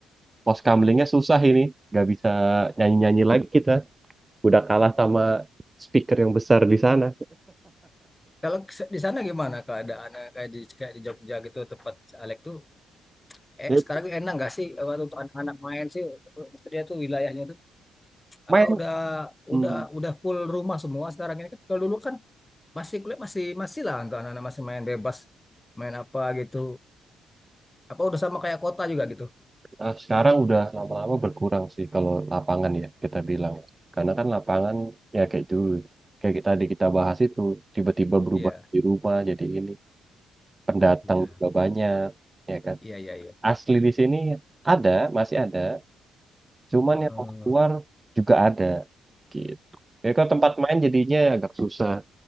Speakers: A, on the right; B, on the left.
A: Pos Poskamlingnya susah ini, nggak bisa nyanyi-nyanyi lagi kita. Udah kalah sama speaker yang besar di sana.
B: Kalau kes- di sana gimana keadaan eh, kayak di kayak di Jogja gitu tempat Alek tuh eh
A: Ya,
B: sekarang ini enak nggak sih eh, untuk anak-anak main sih eh, maksudnya tuh wilayahnya tuh apa
A: Main,
B: udah
A: hmm,
B: udah udah full rumah semua sekarang ini kan kalau dulu kan masih kuliah masih masih lah untuk anak-anak masih main bebas main apa gitu apa udah sama kayak kota juga gitu
A: nah, sekarang udah lama-lama berkurang sih kalau lapangan ya kita bilang. Karena kan lapangan ya kayak dulu, kayak kita tadi kita bahas itu tiba-tiba berubah
B: iya
A: di rumah jadi ini pendatang
B: iya
A: juga banyak, ya kan.
B: iya iya iya
A: Asli di sini ada, masih ada, cuman
B: Heeh.
A: yang keluar juga ada, gitu. Ya kalau tempat main jadinya agak susah.